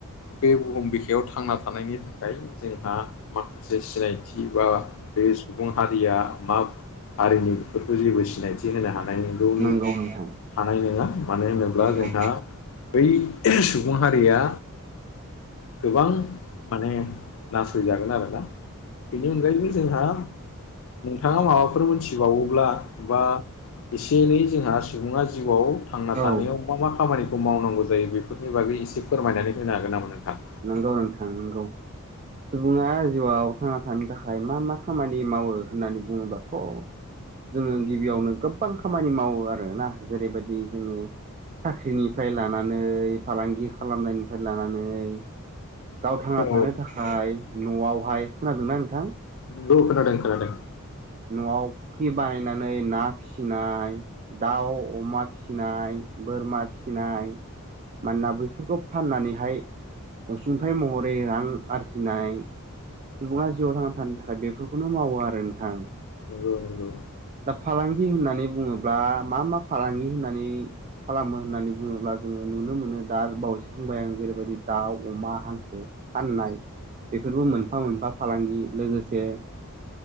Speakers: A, on the left; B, on the right.
A: बे बुहुम बिखायाव थांना थानायनि थाखाय जोंहा माखासे सिनायथि बा बे सुबुं हारिया मा हारिनि बेफोरखौ जेबो सिनायथि होनो हानाय नंगौ
B: नंगौ नोंथां।
A: थानाय नोङा मानो होनोब्ला
B: नंगौ
A: जोंहा बै सुबुं हारिया। गोबां माने नासय जागोन आरोना। बेनि अनगायैबो जोंहा नोंथाङा माबाफोर मिथिबावोब्ला एबा एसे एनै जोंहा सुबुङा जिउआव थांना थानायाव
B: औ
A: मा मा खामानिखौ मावनांगौ जायो बे फोरनि बागैसे फोरमायनानै फैनो हागोन नामा नोंथां।
B: नंगौ नोंथां नंगौ। सुबुङा जिउआव थांना थानो थाखाय मा मा खामानि मावो होननानै बुङोबाथ' जोङो गिबियावनो गोबां खामानि मावो आरोना जेरैबायदि जोङो साख्रिनिफ्राय लानानै फालांगि खालामनायनिफ्राय लानानै गाव थांना
A: औ
B: थानो थाखाय न'आवहाय खोनादोंना नोंथां।
A: नंगौ खोनादों खोनादों।
B: न'आव फुख्रि बानायनानै ना फिसिनाय। दाउ अमा फिसिनाय बोरमा फिसिनाय, मानोना बैफोरखौ फाननानैहाय, अनसुंथाइ महरै रां आरजिनाय, सुबुङा जिउआव थांना थानो थाखाय बेफोरखौनो मावो आरो नोंथां।
A: नंगौ नंगौ।
B: दा फालांगि होननानै बुङोब्ला मा मा फालांगि होननानै। खालामो होननानै बुङोब्ला जोङो नुनो मोनो दा बावैसो बुंबाय आं जेरैबायदि- दाउ, अमा, हांसो, फाननाय बेफोरबो मोनफा मोनफा फालांगि लोगोसे